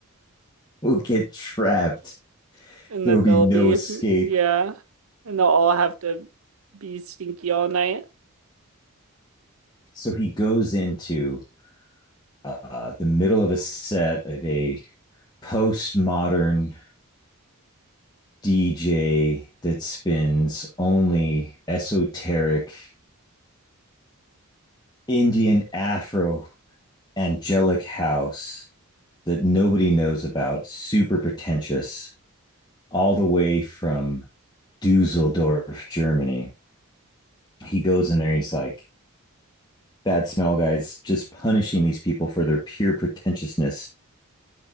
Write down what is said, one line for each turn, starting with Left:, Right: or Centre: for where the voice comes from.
Left: will get trapped
Right: and
Left: there
Right: that
Left: will be
Right: they'll
Left: no
Right: be
Left: escape
Right: yeah, and they'll all have to be stinky all night
Left: so he goes into uh, the middle of a set of a postmodern DJ that spins only esoteric Indian Afro angelic house that nobody knows about, super pretentious, all the way from Dusseldorf, Germany. He goes in there, he's like, Bad smell guys just punishing these people for their pure pretentiousness